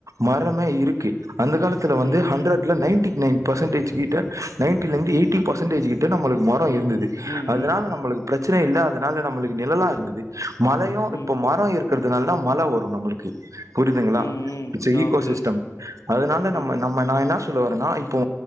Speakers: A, on the right; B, on the left.
A: மரமே இருக்கு அந்த காலத்துல
B: ம்
A: வந்து ஹண்ட்ரட்ல நைன்டிக் நைன் பெர்சன்டேஜ் கிட்ட நைன்டில இருந்து எய்ட்டி பர்சன்டேஜ் கிட்ட நம்மளுக்கு ம ரோ இருந்துது
B: ம்
A: அதனால
B: ம் ம்
A: நம்மளுக்கு பிரச்சன இல்ல அதனால நம்மளுக்கு நிழலா இருந்துது மழயு
B: ம்
A: இப்ப மரோ இருக் க்கறதுனால தா மழ வரு நம்முளுக்கு புரிதுங்ளா
B: ம் ம்
A: இட்ஸ் அ
B: ஆ
A: ஈகோ
B: புரியுது
A: சிஸ்டம்
B: சார்
A: அதனால நம்ம
B: ம்
A: நம்ம நா என்னா சொல்ல வரன்னா இப்போ